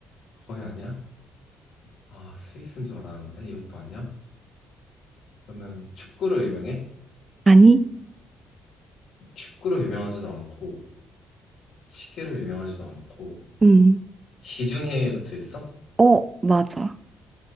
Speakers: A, on the left; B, on the right.
A: 거의 아니야? 아, 스위스인 줄 알았는데 이것도 아니야? 그러면 축구로 유명해?
B: 아니?
A: 축구로 유명하지도 않고 시계로 유명하지도 않고
B: 음.
A: 지중해에 붙어 있어?
B: 어, 맞아.